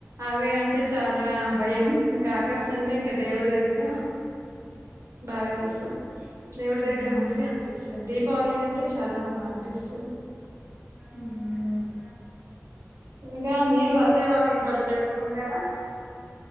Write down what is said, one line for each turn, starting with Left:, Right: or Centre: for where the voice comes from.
Right: అవి అంటే చాలా భయం ఇంకా క్రాకర్స్ అంటే ఇంకా దేవుడి దగ్గర బాగా చేస్తాం దేవుడి
Left: హ్మ్.
Right: దగ్గర మంచిగా అనిపిస్తది దీపావళి అంటే చాలా బా అనిపిస్తది
Left: ఉమ్ హూ
Right: ఇంకా మీరు అత్తయ్య వాళ్ళ ఇంట్లోనే జరుపుకుంటారా